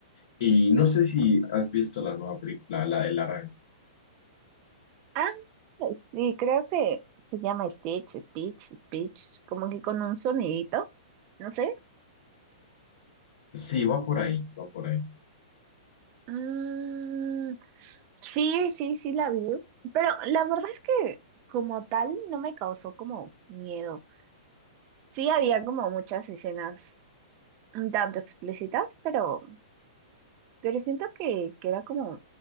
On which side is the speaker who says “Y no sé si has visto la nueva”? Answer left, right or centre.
Left